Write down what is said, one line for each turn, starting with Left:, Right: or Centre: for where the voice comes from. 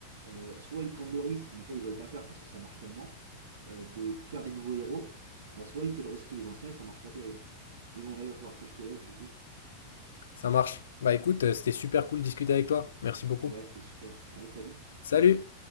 Right: euh, soit ils prennent le risque, mais ça ils veulent pas faire parce que ça marche tellement, euh, de faire des nouveaux héros, bah soit ils essaient de recycler les anciens et ça marche pas terrible. Mais bon, là il va falloir que je te laisse du coup.
Left: Ça marche. Bah écoute, euh, c'était super cool de discuter avec toi. Merci beaucoup.
Right: Ouais, c'était super. Allez, salut!
Left: salut